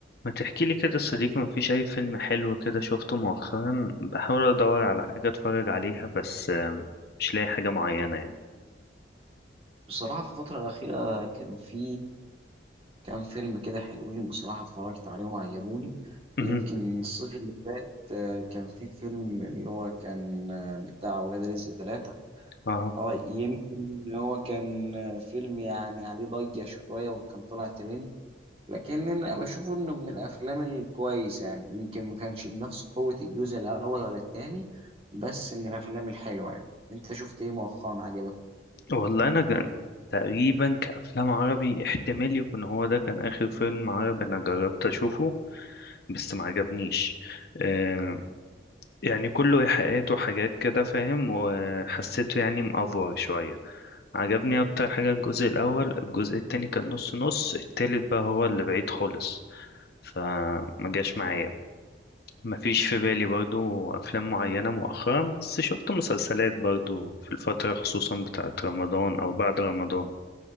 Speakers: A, on the left (about 60°); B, on the right (about 30°).
A: ما تحكي لي كده يا صديقي ما فيش اي فيلم حلو كده شفته مؤخرا بحاول ادور على حاجه اتفرج عليها بس آه، مش لاقي حاجه معينه يعني
B: بصراحة في الفترة الأخيرة كان في كام فيلم كده حلوين بصراحة اتفرجت عليهم عجبوني
A: مهم.
B: يمكن الصيف اللي فات آه، كان في فيلم اللي هو كان آه، بتاع ولاد رزق ثلاثة
A: اه
B: اه يمكن هو كان آه، فيلم يعني عليه ضجة شوية وكان طلع ترند لكن أنا بشوفه إنه من الأفلام الكويسة يعني يمكن ما كانش بنفس قوة الجزء الأول ولا التاني بس من الأفلام الحلوة يعني أنت شفت إيه مؤخرا عجبك؟
A: والله انا جن... تقريبا كافلام عربي احتمال يكون هو ده كان اخر فيلم عربي انا جربت اشوفه بس ما عجبنيش آه يعني كله ايحاءات وحاجات كده فاهم وحسيته يعني مأفور شويه عجبني اكتر حاجه الجزء الاول الجزء التاني كان نص نص التالت بقى هو اللي بعيد خالص فما جاش معايا ما فيش في بالي برضو افلام معينة مؤخرا بس شفت مسلسلات برضو في الفترة خصوصا بتاعت رمضان او بعد رمضان